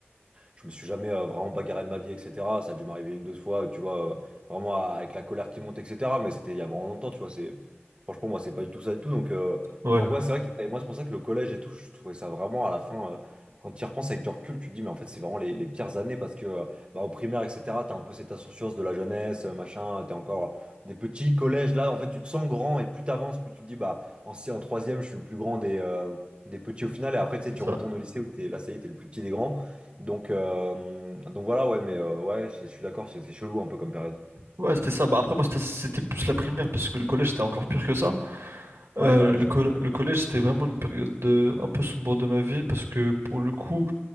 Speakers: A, on the right (about 25°); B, on the right (about 80°).
A: je me suis jamais euh, vraiment bagarré de ma vie, etc. Ça a dû m'arriver une, deux fois, tu vois, euh, vraiment à- avec la colère qui monte, etc. Mais c'était il y a vraiment longtemps, tu vois. C'est... Franchement, moi, c'est pas du tout ça et tout. Donc, euh,
B: Ouais,
A: donc ouais, c'est vrai que et moi, c'est pour ça que le collège et tout, je trouvais ça vraiment à la fin, euh, quand tu y repenses avec du recul, tu te dis, mais en fait, c'est vraiment les, les pires années parce que euh, bah, au primaire, etc., t'as un peu cette insouciance de la jeunesse, euh, machin, euh, t'es encore des petits collèges. Là, en fait, tu te sens grand et plus t'avances, plus tu te dis, bah, en, si- en troisième, je suis le plus grand des. euh, des petits au final et après tu sais
B: c'est
A: tu
B: ça.
A: retournes au lycée où t'es là ça y est t'es le plus petit des grands donc, euh, donc voilà, ouais, mais euh, ouais, c'est- je suis d'accord, c'est c'est chelou un peu comme période.
B: Ouais, c'était ça. Bah, après, moi, c'était c'était plus la primaire parce que le collège, c'était encore pire que ça. Euh,
A: Ouais, bah
B: le,
A: ouais, j'imagine.
B: col- le collège, c'était vraiment une période de- un peu sombre de ma vie parce que pour le coup,